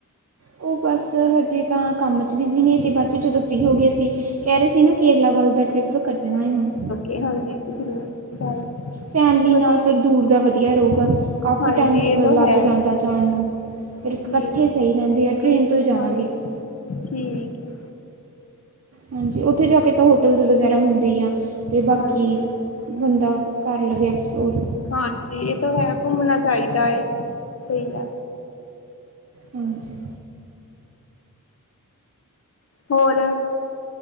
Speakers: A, on the right; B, on the left.
A: ਉਹ ਬਸ ਹਜੇ ਤਾਂ ਕੰਮ 'ਚ ਵਿਜੀ ਨੇ ਅਤੇ ਬਾਅਦ ' ਜਦੋਂ ਫਰੀ ਹੋ ਗਏ ਅਸੀਂ ਕਹਿ ਰਹੇ ਸੀ ਨਾ ਕੇਰਲਾ ਵੱਲ ਦਾ ਟ੍ਰਿਪ ਕੱਢਣਾ ਏ ਹੁਣ।
B: ਏ ਹਾਂਜੀ। ਜ਼ਰੂਰ ਜਾਇਓ।
A: ਫੈਮਿਲੀ
B: ਵਧੀਆ
A: ਨਾਲ ਫਿਰ ਦੂਰ ਦਾ ਵਧੀਆ ਰਹੇਗਾ। ਕਾਫੀ
B: ਹਾਂਜੀ
A: ਟਾਈਮ
B: ਇਹ ਤਾਂ
A: ਲੱਗ
B: ਹੈ
A: ਜਾਂਦਾ ਜਾਣ ਨੂੰ। ਫਿਰ ਇਕੱਠੇ
B: ਠੀਕ
A: ਸਹੀ
B: ਹੈ
A: ਰਹਿੰਦੇ ਆ ਟ੍ਰਰੇਨ ਤੋਂ ਹੀ ਜਾਵਾਂਗੇ।
B: ਹਾਂਜੀ ਠੀਕ ਹੈ।
A: ਹਾਂਜੀ, ਉੱਥੇ ਜਾ ਕੇ ਤਾਂ ਹੋਟਲਸ ਵਗੈਰਾ ਹੁੰਦੇ। ਦੀ ਆ। ਅਤੇ ਬਾਕੀ,
B: ਹਾਂਜੀ
A: ਬੰਦਾ ਕਰ ਲਵੇਿਆ ਐਕਸਪਲੋਰ।
B: ਹਾਂਜੀ। ਇਹ ਤਾਂ ਹੈ ਘੁੰਮਣਾ ਚਾਹੀਦਾ ਹੈ। ਸਹੀ ਗੱਲ।
A: ਹਾਂਜੀ।
B: ਹੋਰ